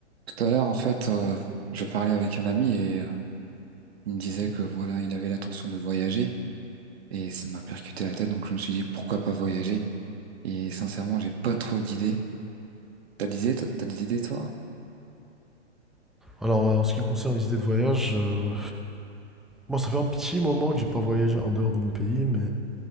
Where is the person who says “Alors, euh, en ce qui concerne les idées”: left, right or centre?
Centre